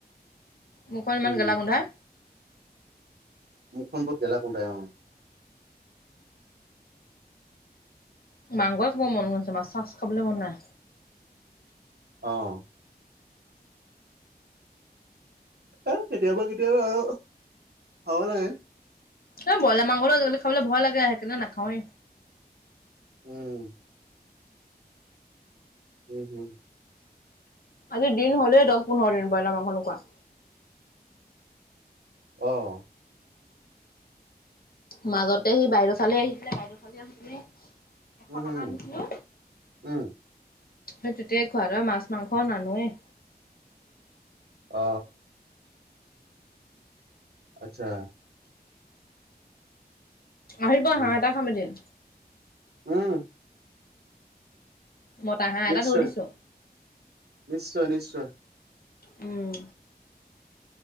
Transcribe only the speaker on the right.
উম
মুখখন বহুত গেলা গোন্ধায় অ'।
অ'। এই কেতিয়াবা কেতিয়াবা আৰু খাব লাগে।
উম। উম হুম।
অ'।
উম
হম হম
উম
অ আচ্ছা
উম
উম
নিশ্চয়
নিশ্চয় নিশ্চয়